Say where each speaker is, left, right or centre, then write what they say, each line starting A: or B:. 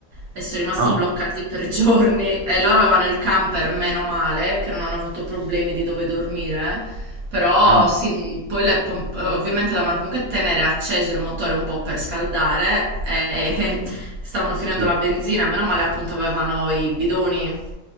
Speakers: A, on the right; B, on the right.
A: e sono rimasti
B: Ah,
A: bloccati per <laughs> giorni. E loro avevano il camper, meno male, che non hanno avuto problemi di dove dormire. Però
B: ah,
A: sì, non- poi le pom- ovviamente dovevano comunque tenere acceso il motore un po' per scaldare e
B: mh-mh,
A: <laughs> stavano finendo
B: sì.
A: la benzina, meno male appunto avevano i bidoni